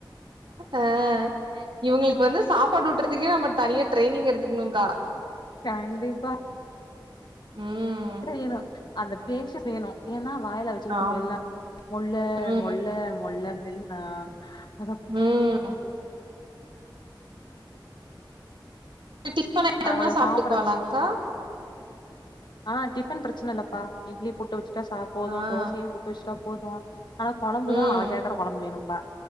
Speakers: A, on the right; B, on the left.
A: ஆஹ் இவங்களுக்கு வந்து சாப்பாடு ஊட்டுறதுக்கே நம்ம தனியா ட்ரைனிங் எடுத்துக்கணும்கா
B: கண்டிப்பா
A: ம்
B: வேணும் அந்த பேஷ வேணும் ஏன்னா வாயில வ வச்சுக்கிட்டுமாம்
A: ஆம்
B: முள்ள
A: ம்
B: மொல்ல மொல்ல மொன்
A: உம் டிபன் ஐட்டம்
B: அவள
A: எல்லாம் சாப்பிட்டுக்குவலாகா
B: சாப்பிட ஆஹ் டிஃபன் பிரச்சனை இல்லப்பா இட்லி புட்டு வச்சுட்டா சாப்போதும்
A: ஆ
B: தோசையும் புட்டு வச்சுட்டா போதும் ஆனா குழம்பு
A: ம்
B: தான் அவ கேட்குற குழம்பு வேணும்பா